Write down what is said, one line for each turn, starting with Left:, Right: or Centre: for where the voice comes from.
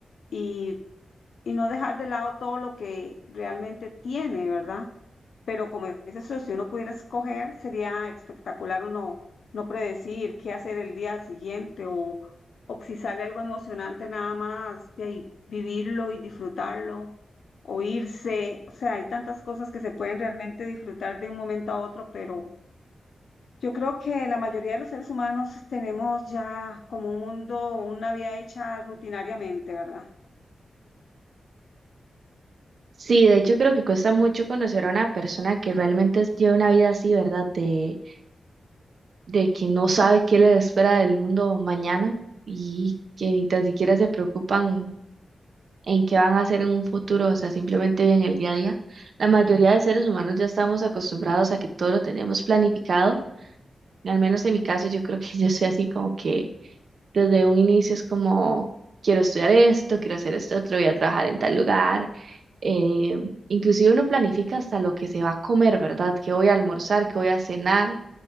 Left: y y no dejar de lado todo lo que realmente tiene, ¿verdad? Pero como dice eso, si uno pudiera escoger, sería espectacular uno no predecir qué hacer el día siguiente o, o si sale algo emocionante nada más de ahí vivirlo y disfrutarlo o irse. O sea, hay tantas cosas que se pueden realmente disfrutar de un momento a otro, pero yo creo que la mayoría de los seres humanos tenemos ya como un mundo, una vida hecha rutinariamente, ¿verdad?
Right: Sí, de hecho creo que cuesta mucho conocer a una persona que realmente es- lleva una vida así, ¿verdad? De, de que no sabe qué le espera del mundo mañana y que ni tan siquiera se preocupan en qué van a hacer en un futuro, o sea, simplemente viven el día a día. La mayoría de seres humanos ya estamos acostumbrados a que todo lo tenemos planificado. Al menos en mi caso, yo creo que <laughs> yo soy así como que desde un inicio es como, quiero estudiar esto, quiero hacer esto otro, voy a trabajar en tal lugar. Eh, inclusive uno planifica hasta lo que se va a comer, ¿verdad? ¿Qué voy a almorzar? ¿Qué voy a cenar? O